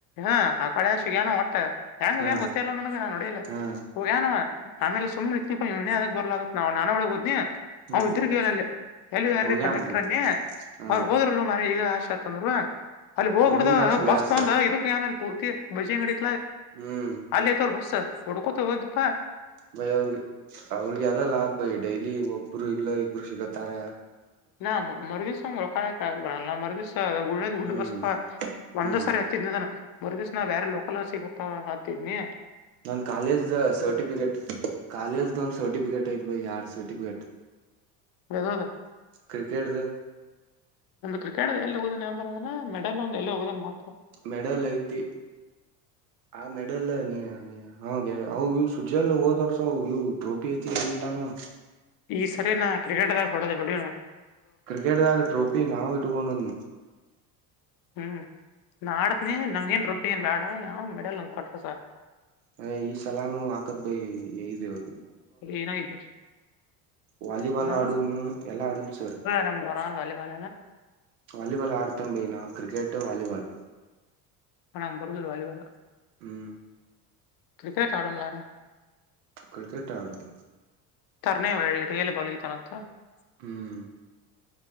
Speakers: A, on the left; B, on the right.
A: ಹಾ ಆ ಕಳೆ ಶುಗಾನ ಒಟ್ಟ ಹೆಂಗಗನ್
B: ಹಾ
A: ಗೊತ್ತೇ ಇಲ್ಲ ನನಗೆ ನಾನ್ ಹೊಡಿಲ್ಲ
B: ಹಾ
A: ಹೋಗ್ಯಾನ ಆಮೇಲೆ ವನೇ ಅದ ಬರ್ಲ ಅತ್ ನಾವ್ ನಾನ ಒಳಗೆ ಹದನಿ
B: ಹ್ಮ್
A: ಅವ್ ಇದ್ರಗಲ್ಲಿ ಎಲ್ಲಿ ಯಾರೀ
B: ಹೋಗ್ಯಾನ
A: ಕಂಡಕ್ಟರ್ನ್ನಿ
B: ಹೋಗಿ ಹಾ
A: ಅವ್ರಿಗೆ ಹೋದ್ರರು ಈಗ ಆಶಾ ತಂದ್ರ ಅಲ್ಲಿ ಹೋಗ್ಬಿಡ್ದ
B: ಅವ್ರ ಹಿಂದ ಶುಗ್ಯಾರ್
A: ಬಸ್ ತೊಂದ
B: ಸರ್
A: ಇದಕ್ಕೆ ಏನಲ್ಲಿ ಪೂರ್ತಿ ಬಜಿ ಅಂಗಡಿ
B: ಹ್ಮ್
A: ಅಲ್ಲ ಐತವರು ಬಸ್ಸ ಹೊಡ್ಕೊತ ಹೋಗಂತೀಪಾ
B: ಬೈ ಅವ್ರಿಗೆ ಅವ್ರಿಗೆ ಅದ ಲಾಭ ಭೈ ಡೈಲಿ ಒಬ್ಬರು ಇಲ್ಲ ಇಬ್ಬರು ಸಿಗತ್ತಾರ
A: ನಾ ಮರದಿ ಸಂಗ <unintelligible> ರೊಲ್ಲ ಮದ ಗುಳ್ಳ ಗುಡ್
B: ಹ್ಮ್
A: ಬಸ್ಪ ಒಂದ
B: ಹ್ಮ್
A: ಸರಿ ಹತ್ತಿದ್ದನದ ಬರದಸ ನ ಬ್ಯಾರೆ ಲೋಕಲ್ ಸಿತ್ತ ಹತ್ತದ ನೀ
B: ನನ್ ಕಾಲೇಜ್ ಸರ್ಟಿಫಿಕೇಟ್ ಕಾಲೇಜ್ದ ಒಂದ್ ಸರ್ಟಿಫಿಕೇಟ್ ಐ್ವ ಯಾರ್ ಸರ್ಟಿಫಿಕೇಟ್
A: ಗದದ
B: ಕ್ರಿಕೆಟ್ದ
A: ಕ್ರಿಕೆಟ್ ಎಲ್ಲಿ ಹೋಗದ ಎಂಬ ಮೆಡಲ್ ಒಂದು ಎಲ್ಲಿ ಹೋಗೋದನ್ ಮಾತ್ರ
B: ಮೆಡಲ್ ಐತಿ ಆ ಮೆಡಲ್ ನೀ ಈ ಹ ಅವು ಇವ್ ಸುಜೆಲ್ಲ ಹೋದ್ವರ್ಸ ಇವು ಟ್ರೋಪಿ ಐತಿ ಎಲ್ಲಿಟಾನ
A: ಈ ಸರಿನಾ ಕ್ರಿಕೆಟ್ ಅದಾಗ ಹೊಡೋದ ಹೊಡನು
B: ಕ್ರಿಕೆಟ್ದಾಗ ಟ್ರೋಫಿ ನಾವು ಇಟ್ಕೊಂಡೊಂಡ
A: ಹ್ಮ್ ನಾ ಆಡ್ತನಿ ನಂಗ ಏನ್ ರೊಟ್ಟಿ ಏನ್ ಬೇಡ ಯಾವ ಮೇಡಲ್ ನಂಗ ಕೊಟ್ರಸ
B: ಅದೇ ಈ ಸಲಾನು ವಾಕಬ್ಬ ಇದೆವ
A: ಏನಾಗ
B: ವಾಲಿಬಾಲ್
A: ಹ ಹ
B: ಆಡುನು ಎಲ್ಲಾ ಆಡುನ್ ಸರ್
A: ನ ಪ್ರಾಣ ಬ
B: ವಾಲಿಬಾಲ್ ಆಡ್ತನ್ ಬಿಡಿ ಕ್ರಿಕೆಟ್ ವಾಲಿಬಾಲ್
A: ಹಣ ಬರುದಲ್ಿ
B: ಹ್ಮ್
A: ಕ್ರಿಕೆಟ್ ಆಡಲಣ
B: ಕ್ರಿಕೆಟ್ ಆಡುದು.
A: <unintelligible>
B: ಹ್ಮ್.